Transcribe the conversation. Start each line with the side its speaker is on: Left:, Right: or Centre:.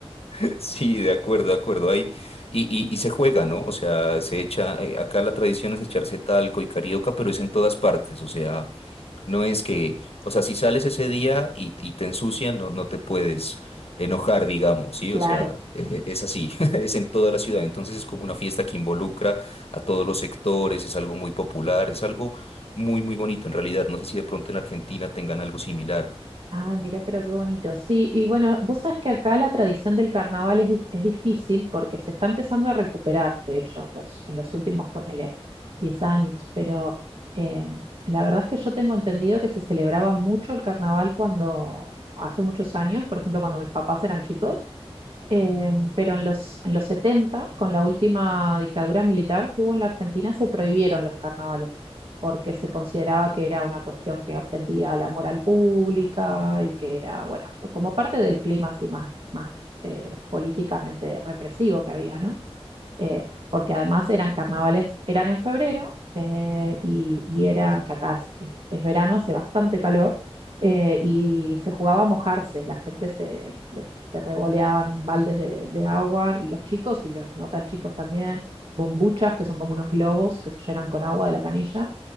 Left: <laughs> Sí, de acuerdo, de acuerdo. Ahí, y, y, y se juega, ¿no? O sea, se echa, eh, acá la tradición es echarse talco y carioca, pero es en todas partes. O sea, no es que, o sea, si sales ese día y, y te ensucian, no, no te puedes enojar, digamos, ¿sí?
Right: Claro.
Left: O sea, e- e- es así, <laughs> es en toda la ciudad. Entonces es como una fiesta que involucra a todos los sectores, es algo muy popular, es algo muy, muy bonito en realidad. No sé si de pronto en Argentina tengan algo similar.
Right: Ah, mira, pero qué bonito. Sí, y bueno, vos sabés que acá la tradición del carnaval es, di- es difícil porque se está empezando a recuperar, de hecho, en los, en los últimos, ponele, 10 años, pero eh, la verdad es que yo tengo entendido que se celebraba mucho el carnaval cuando, hace muchos años, por ejemplo, cuando mis papás eran chicos Eh, pero en los, en los setenta con la última dictadura militar que hubo en la Argentina, se prohibieron los carnavales, porque se consideraba que era una cuestión que ofendía a la moral pública y que era, bueno, como parte del clima así más, más eh, políticamente represivo que había, ¿no? eh, porque además eran carnavales, eran en febrero eh, y, y era, que acá es, es- es verano, hace bastante calor, eh, y se jugaba a mojarse, la gente se, le- se revoleaban baldes de, de agua, y los chicos y los no tan chicos también, bombuchas, que son como unos globos que se llenan con agua de la canilla